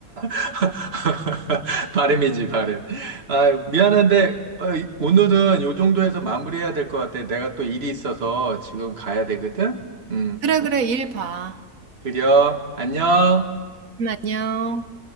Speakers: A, on the right; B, on the right.
A: <laughs> 발음이지, 발음. 아, 미안한데, 어, 이- 오늘은 요 정도에서 마무리해야 될 것 같아. 내가 또 일이 있어서 지금 가야 되거든? 음,
B: 그래, 그래, 일 봐.
A: 그려. 안녕.
B: 음, 안녕.